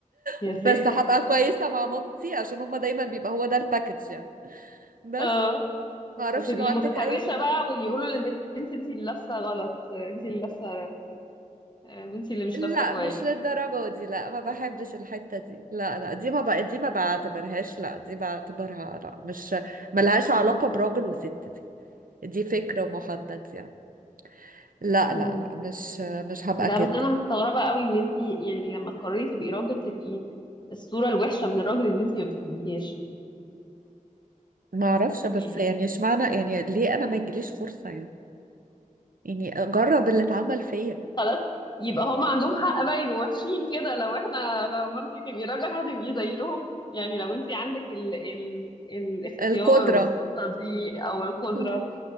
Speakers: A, on the left; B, on the right.
A: يا
B: بس
A: ساتر
B: هبقى كويسه مع مامتي عشان هما دايما بيبقى هو ده الباكج يعني بس
A: اه
B: ما اعرفش
A: وتبقي
B: لو عندك
A: متحرشة
B: اي سبب
A: بقى ويقولوا للبنت انت اللي لابسة غلط انت اللي لابسة آه، انت اللي مش لابسة
B: لا
A: كويس
B: مش للدرجه دي لا ما بحبش الحته دي لا لا دي ما بقى دي ما بعتبرهاش لا دي بعتبرها لا مش ملهاش علاقه براجل وست دي دي فكره محدد يعني لا
A: مم.
B: لا لا مش مش هبقى
A: ده
B: كده
A: بس انا مستغربة قوي ان انت يعني لما تقرري تبقي راجل تبقي الصورة الوحشة من الراجل اللي انت ما بتحبيهاش
B: ما اعرفش بس
A: يعني
B: يعني اشمعنى يعني ليه انا ما يجيليش فرصه يعني يعني جرب اللي اتعمل فيا
A: خلاص يبقى هم عندهم حق بقى يبقوا وحشين كده لو احنا لما انت تبقي راجل هتبقي زيهم يعني لو انت عندك ال ال الاختيار
B: القدرة
A: والسلطة دي او القدرة
B: مم.